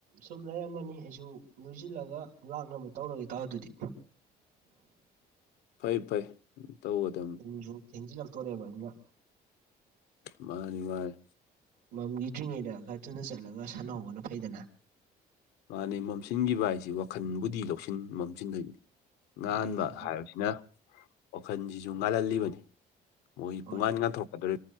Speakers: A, on the right (about 80°); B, on the left (about 85°).
A: ꯁꯨꯝ ꯂꯩꯔꯝꯃꯅꯤ ꯑꯩꯁꯨ ꯂꯣꯏꯁꯤꯜꯂꯒ ꯂꯥꯛꯅꯕ ꯇꯧꯔꯒꯦ ꯏꯇꯥꯎ ꯑꯗꯨꯗꯤ
B: ꯐꯩ ꯐꯩ ꯇꯧꯒꯗꯕꯅꯤ
A: ꯄꯨꯡꯁꯨ ꯊꯦꯡꯖꯤꯜꯂꯛꯇꯣꯔꯦꯕ ꯑꯗꯨꯅ
B: ꯃꯥꯅꯤ ꯃꯥꯅꯤ
A: ꯃꯝꯒꯤ ꯗ꯭ꯔꯤꯉꯩꯗ ꯈꯔ ꯊꯨꯅ ꯆꯠꯂꯒ ꯁꯥꯟꯅꯍꯧꯕꯅ ꯐꯩꯗꯅ
B: ꯃꯥꯅꯦ ꯃꯝꯁꯤꯟꯈꯤꯕ ꯍꯥꯏꯁꯤ ꯋꯥꯈꯟꯕꯨꯗꯤ ꯂꯧꯁꯤꯡ ꯃꯝꯁꯤꯟꯗꯣꯏꯅꯤ ꯉꯥꯟꯕ
A: ꯍꯣꯏ ꯑꯗꯨꯅ
B: ꯍꯥꯏꯕꯁꯤꯅ ꯋꯥꯈꯜꯁꯤꯁꯨ ꯉꯥꯜꯍꯜꯂꯤꯕꯅꯤ ꯃꯣꯏꯒꯤ
A: ꯍꯣꯏ
B: ꯄꯨꯡꯉꯥꯟ ꯉꯥꯟꯊꯣꯔꯛꯀꯗꯣꯔꯤ